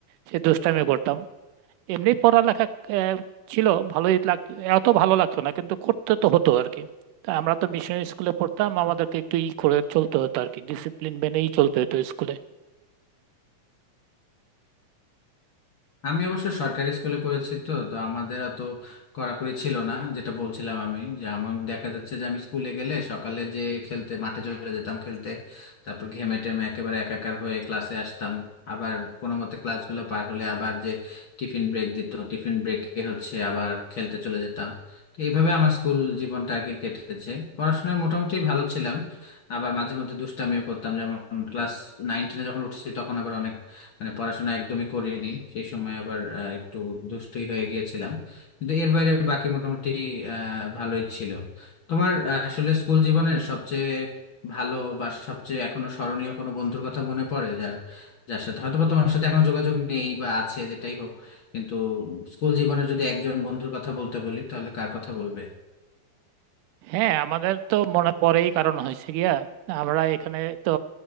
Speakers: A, on the right; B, on the left.
A: সে দুষ্টামি করতাম এমনি পড়ালেখা আহ, ছিল ভালোই লাগতো এত ভালো লাগতো না কিন্তু করতে তো হতো আর কি তা আমরা তো মিশনারি স্কুলে পড়তাম আমাদেরকে একটু ই করে চলতে হতো আর কি ডিসিপ্লিন মেনেই চলতে হতো স্কুলে
B: আমি অবশ্য সরকারি স্কুলে পড়েছি তো তো আমাদের অত কড়াকড়ি ছিল না যেটা বলছিলাম আমি যে আমার দেখা যাচ্ছে যে আমি স্কুলে গেলে সকালে যে খেলতে মাঠে চলে যেতাম খেলতে তারপর ঘেমে টেমে একেবারে একাকার হয়ে ক্লাসে আসতাম আবার কোনো মতে ক্লাসগুলো পার হলে আবার যে টিফিন ব্রেক দিত টিফিন ব্রেকে হচ্ছে আবার খেলতে চলে যেতাম তো এইভাবে আমার স্কুল জীবনটা আর কি কেটেছে পড়াশোনায় মোটামুটি ভালো ছিলাম আবার মাঝে মধ্যে দুষ্টামিও করতাম যেমন ক্লাস নাইন টেনে যখন উঠেছি তখন আবার অনেক মানে পড়াশোনা একদমই করিনি সেই সময় আবার আহ, একটু দুষ্টুই হয়ে গিয়েছিলাম কিন্তু এর বাইরে বাকি মোটামুটি আহ ভালোই ছিল তোমার আহ, আসলে স্কুল জীবনের সবচেয়ে ভালো বা সবচেয়ে এখনো স্মরণীয় কোনো বন্ধুর কথা মনে পড়ে যার যার সাথে হয়তোবা তোমার সাথে এখনো যোগাযোগ নেই বা আছে যেটাই হোক কিন্তু স্কুল জীবনের যদি একজন বন্ধুর কথা বলতে বলি তাহলে কার কথা বলবে
A: হ্যাঁ আমাদের তো মনে পড়েই কারণ হয়েছে গিয়া আমরা এখানে তো